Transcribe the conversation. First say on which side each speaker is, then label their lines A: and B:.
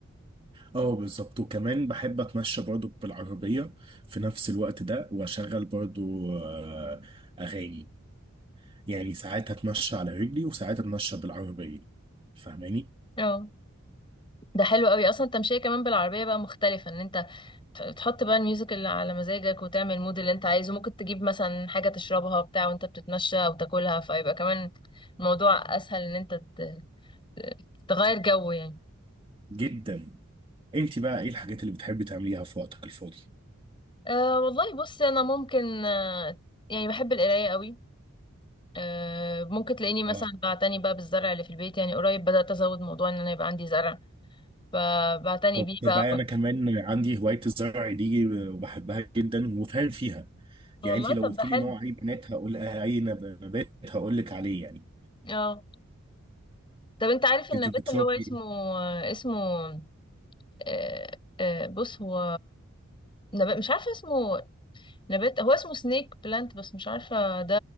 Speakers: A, on the right (about 25°); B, on the left (about 25°).
A: اه بالظبط وكمان بحب اتمشى برضو بالعربيه في نفس الوقت ده واشغل برضو آه، اغاني يعني ساعات هتمشى على رجلي وساعات هتمشى بالعربية فاهماني
B: اه ده حلو قوي اصلا التمشيه كمان بالعربيه بقى مختلفه ان انت ت- تحط بقى الميوزك اللي على مزاجك وتعمل المود اللي انت عايزه ممكن تجيب مثلا حاجه تشربها بتاع وانت بتتمشى او تاكلها فيبقى كمان الموضوع اسهل ان انت ت- ت- تغير جو يعني
A: جدا انت بقى ايه الحاجات اللي بتحبي تعمليها في وقتك الفاضي
B: أه والله بصي انا ممكن أه يعني بحب القرايه قوي أه ممكن تلاقيني مثلا
A: اه
B: بعتني بقى بالزرع اللي في البيت يعني قريب بدات ازود موضوع ان انا يبقى عندي زرع فبعتني
A: طب
B: بيه
A: تصدقي
B: بقى
A: انا كمان عندي هواية الزرع دي وبحبها جدا وفاهم فيها
B: والله
A: يعني انت لو
B: طب
A: قلت
B: ده حلو
A: لي نوع اي بنات هقول آه، اي نب- نبات هقول لك عليه يعني
B: اه طب انت عارف النبات
A: انت بتربي
B: اللي هو اسمه
A: ايه
B: اسمه آه، آه، بص هو نبات مش عارفه اسمه نبات هو اسمه سنيك بلانت بس مش عارفه ده